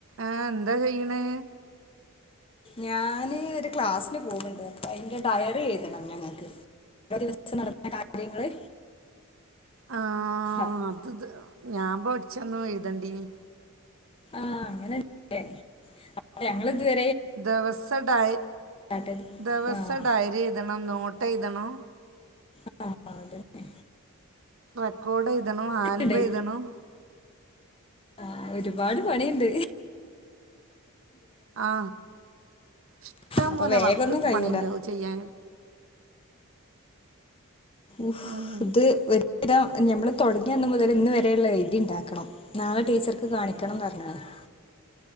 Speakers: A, on the right; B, on the left.
A: ആ എന്താ കയ്യ്ണ്
B: ഞാന് ഒരു ക്ലാസ്സിന് പോണ് ണ്ട് അപ്പ അയ്ന്റെ ഡയറി എഴുതണം ഞങ്ങക്ക് എല്ലാ ദിവസ്തീ നടക്ക്‌ണ കാര്യങ്ങള്
A: ആ
B: അപ്
A: അത് ത് ഞാൻ പഠിച്ചന്നു എഴുതണ്ടിന്
B: ആ അങ്ങനെണ് ലേ ഞങ്ങളിത് വരെ
A: ദവസ ഡായി
B: ചെയ്ത്
A: ദിവസ
B: ആഹ്
A: ഡയറിഴുതണം നോട്ട് എഴുതണോ
B: അ ആ അവടെന്നെ
A: റെക്കോർഡ് എഴുതണം ആൽബെഴുതണം
B: ഉണ്ട് ആ ഒരുപാട് പണിണ്ട്
A: ആ ഇഷ്ടം
B: അപ്പൊ
A: പോലെ
B: വേഗമൊന്നും
A: വർക്ക്
B: കഴിയൂല
A: പണിണ്ട് ചെയ്യാന്
B: ഉഫ്ത്
A: ഉം
B: ഒരു രം ഞമ്മള് തുടങ്ങിയ അന്ന് മുതല്ന്ന് വരെയുള്ള എഴുതിണ്ടാക്കണം നാളെ ടീച്ചർക്ക് കാണിക്കണംന്ന് പറഞ്ഞാണ് <inaudible>